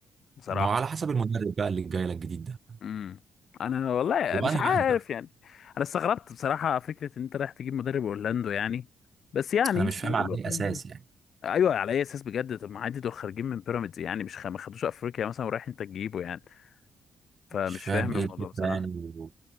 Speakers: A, on the left; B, on the right.
A: بصراحه
B: ما هو على حسب المدرب بقى اللي جاي لك جديد ده
A: امم انا والله
B: وانهي
A: مش عارف
B: واحد بقى
A: يعني انا استغربت بصراحه فكره ان انت رايح تجيب مدرب اورلاندو يعني بس يعني
B: انا مش
A: بيقولوا
B: فاهم على اي
A: كده.
B: اساس يعني
A: ايوه على اي اساس بجد طب ما عادي دول خارجين من بيراميدز يعني مش خ... ما خدوش افريقيا مثلا ورايح انت تجيبه يعني فمش
B: مش فاهم
A: فاهم
B: ايه
A: الموضوع
B: الفكره
A: يعني بصراحه
B: يعني و...